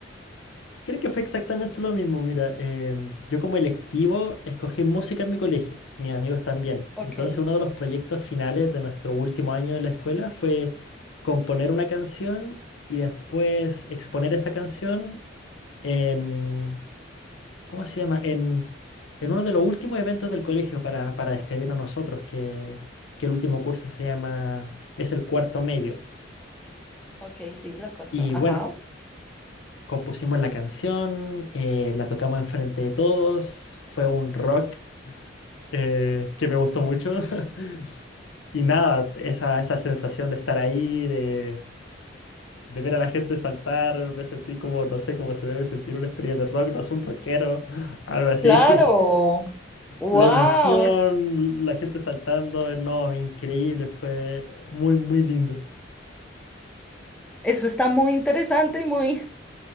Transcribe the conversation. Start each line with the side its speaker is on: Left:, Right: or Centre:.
Left: Creo que fue exactamente lo mismo. Mira, em, yo como electivo escogí música en mi colegio, mis amigos también.
Centre: Ok,
Left: Entonces uno de los proyectos finales de nuestro último año en la escuela fue componer una canción y después exponer esa canción en, ¿cómo se llama? En, en uno de los últimos eventos del colegio para, para despedir a nosotros, que, que el último curso se llama, es el cuarto medio.
Centre: ok, sí, la cuarta.
Left: Y bueno.
Centre: Ajá.
Left: Compusimos la canción, eh, la tocamos enfrente de todos, fue un rock eh, que me gustó mucho. <laughs> Y nada, esa, esa sensación de estar ahí, de, de ver a la gente saltar, me sentí como, no sé, cómo se debe sentir una estrella de rock, no es un rockero, algo así.
Centre: Claro.
Left: <laughs>
Centre: Wow,
Left: La emoción,
Centre: es-
Left: la gente saltando, no, increíble, fue muy, muy lindo.
Centre: eso está muy interesante y muy,